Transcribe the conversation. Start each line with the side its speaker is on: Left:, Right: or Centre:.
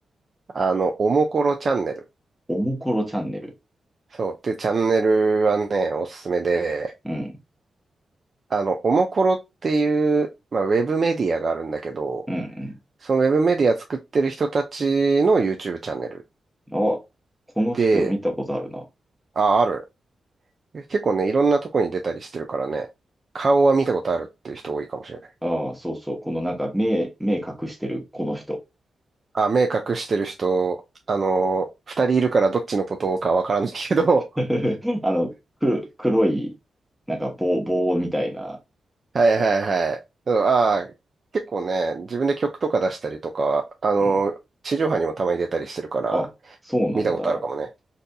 Right: あの、おもころチャンネル。
Centre: もころチャンネル。
Right: そう。で、チャンネルはね、おすすめで、
Centre: うん、
Right: あの、おもころっていう、まあ、ウェブメディアがあるんだけど、
Centre: うん、
Right: そのウェブメディア作ってる人たちの YouTube チャンネル。
Centre: うん。あ、この人見たことあるな。
Right: で、あ、ある。結構ね、いろんなとこに出たりしてるからね、顔は見たことあるっていう人多いかもしれない。
Centre: ああ、そうそう。このなんか目、目隠してるこの人。
Right: あ、目隠してる人、あのー二人いるからどっちのことかわからないけど、
Centre: <laughs>
Right: <laughs>
Centre: あの、く、黒い、なんか棒、棒みたいな。
Right: はいはいはい。そうんあー、結構ね、自分で曲とか出したりとか、あのー地上波にもたまに出たりしてるから、
Centre: うん。あ、そうなんだ。
Right: 見たことあるかもね。